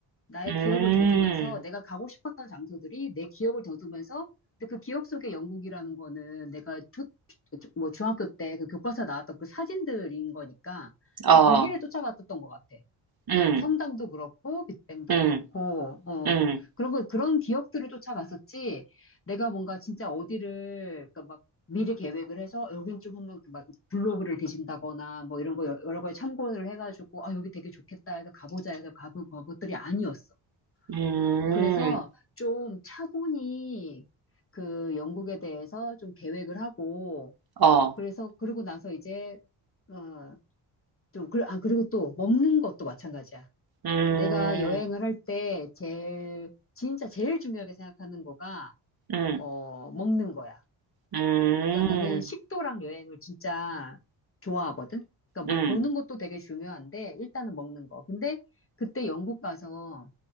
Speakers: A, on the left; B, on the right.
A: 나의
B: 음,
A: 기억을 더듬으면서 내가 가고 싶었던 장소들이 내 기억을 더듬으면서 근데 그 기억 속의 영국이라는 거는 내가 초, 뭐 중학교 때 그 교과서 나왔던 그 사진들인 거니까
B: 어,
A: 그러니까 거기를 쫓아갔었던 것 같아.
B: 음,
A: 성당도 그렇고 빅뱅도
B: 음,
A: 그렇고 어
B: 음,
A: 그런 거 그런 기억들을 쫓아갔었지 내가 뭔가 진짜 어디를 그러니까 막 미리 계획을 해서 여긴 좀 한번 그막 블로그를 뒤진다거나 뭐 이런 거 여- 여러 가지 참고를 해가지고 아 여기 되게 좋겠다 해서 가보자 해서 가본 것들이 아니었어
B: 음,
A: 어, 그래서 좀 차분히 그 영국에 대해서 좀 계획을 하고
B: 어,
A: 그래서 그러고 나서 이제 어좀 그, 아 그리고 또 먹는 것도 마찬가지야
B: 음,
A: 내가 여행을 할 때 제일, 진짜 제일 중요하게 생각하는 거가,
B: 음,
A: 어, 먹는 거야.
B: 음,
A: 그러니까 나는 식도락 여행을 진짜 좋아하거든? 그러니까 뭐
B: 음,
A: 보는 것도 되게 중요한데, 일단은 먹는 거. 근데 그때 영국 가서,